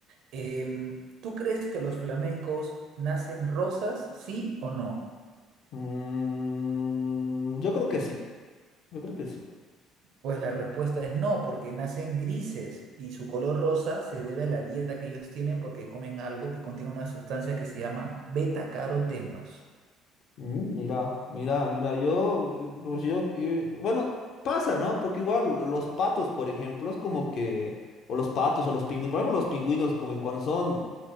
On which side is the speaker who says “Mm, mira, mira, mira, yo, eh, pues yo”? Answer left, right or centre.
Left